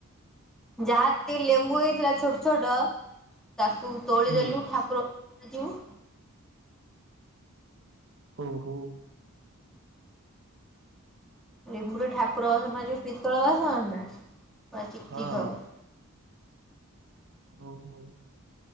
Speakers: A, in the centre; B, on the right.
A: ଯାହା ଯେତି ଲେମ୍ବୁ ହେଇଥିଲା ଛୋଟ୍ ଛୋଟ, ତାକୁ ତୋଳି
B: ହୁଁ।
A: ଦେଲୁ ଠାକୁର ଆଜି ଉ
B: ଓ ହୋ
A: ଲେମ୍ବ୍ରୁ ଠାକୁର ବାସନ ମାଜିଉ ପିତ୍ତଳ ବାସନ ନା ପୁରା ଚିକ୍
B: ହଁ
A: ଚିକ୍
B: ହଁ
A: ହବ।
B: ହୋଊ ହୋଊ